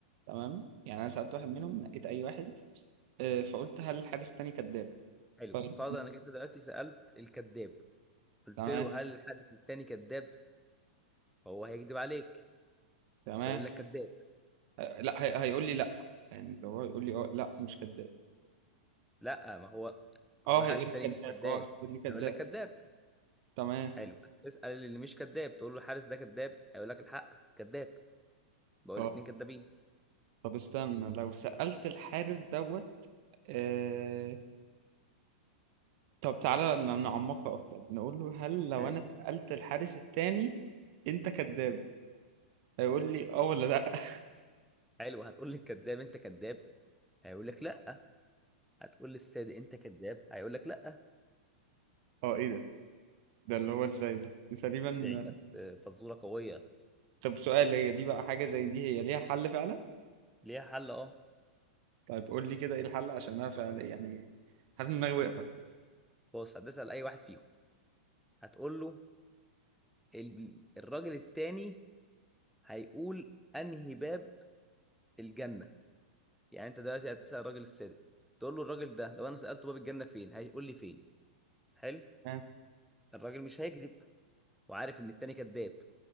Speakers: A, on the right; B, in the centre.
A: تمام يعني انا سألت واحد منهم نقيت اي واحد آه، فقلت هل الحارس التاني كذاب
B: حلو
A: طيب
B: فرض انك انت دلوقتي سألت الكذاب قلت
A: تمام
B: له هل الحارس التاني كذاب فهو هيكذب عليك
A: تمام
B: فيقول لك كذاب
A: آه، لا هي... هيقول لي لا يعني لو هو هيقول لي اه لا مش كذاب
B: لا ما هو هو
A: اه
B: الحارس
A: هيقول
B: التاني
A: لي كذاب
B: مش كذاب
A: اه هيقول لي كذاب
B: هيقول لك كذاب
A: تمام
B: حلو اسأل اللي مش كذاب تقول له الحارس ده كذاب هيقول لك الحق كذاب بقول
A: اه
B: الاتنين كذابين
A: طب استنى لو سألت الحارس دوت آه... طب تعالى ن- نعمقها اكتر نقول له هل لو
B: حلو
A: انا سألت الحارس التاني انت كذاب هيقول لي اه ولا لا
B: حلو هتقول للكذاب انت كذاب هيقول لك لا هتقول للصادق انت كذاب هيقول لك لا
A: اه ايه ده ده اللي هو ازاي ده دي تقريبا
B: دي كانت آه، فزوره قويه
A: طب سؤال هي دي بقى حاجة زي دي هي ليها حل فعلا
B: ليها حل اه
A: طيب قول لي كده ايه الحل عشان انا فعلا يعني حاسس ان دماغي واقفة
B: بص هتسأل اي واحد فيهم هتقول له ال- الراجل التاني هيقول انهي باب الجنة يعني انت دلوقتي هتسأل الراجل الصادق تقول له الراجل ده لو انا سألته باب الجنة فين هيقول لي فين حلو
A: اه
B: الراجل مش هيكذب وعارف ان التاني كذاب